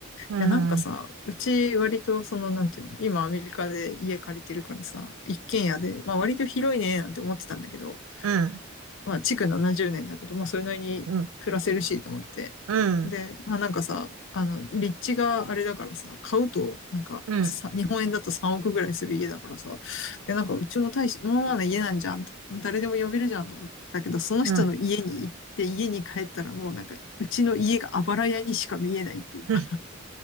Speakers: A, on the right (about 70°); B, on the left (about 60°).
A: うん、
B: や、なんかさ、
A: うん、
B: うち割とその、なんていうの、今アメリカで家借りてるからさ、一軒家で、まあ割と広いね、なんて思ってたんだけど、
A: うん、
B: まあ、築70年だけど、まあ、それなりに暮らせるしと思って。
A: うん、うん、
B: で、まあ、なんかさ、あの、立地があれだからさ、買うと、なんかさ、
A: うん、うん、
B: 日本円だと3億ぐらいする家だからさ、で、なんか、うちも大し、まあまあな家なんじゃんと、誰でも呼べるじゃんと思ってたけど、その人の家に行って、
A: うん。
B: 家に帰ったらもうなんか、うちの家があばら家にしか見えないっていうか、
A: うん